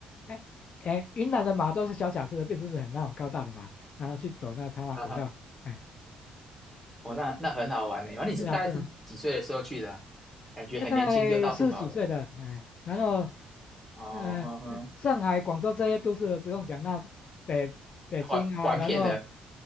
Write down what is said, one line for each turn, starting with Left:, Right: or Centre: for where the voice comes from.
Left: 哎哎，云南的马都是小小只的，并不是很那种高大的马，然后去走那茶马古道。
Centre: 啊哈
Left: 哎，
Centre: 哦，那那很好玩呢。然后你是大概是几岁的时候去的啊
Left: 是啊是啊，
Centre: 感觉很年轻就到处跑了。
Left: 大概四十几岁的，哎，然后
Centre: 哦，
Left: 呃，
Centre: 呵呵，
Left: 上海、广州这些都是不用讲，那北北京啊，
Centre: 玩玩遍了。
Left: 然后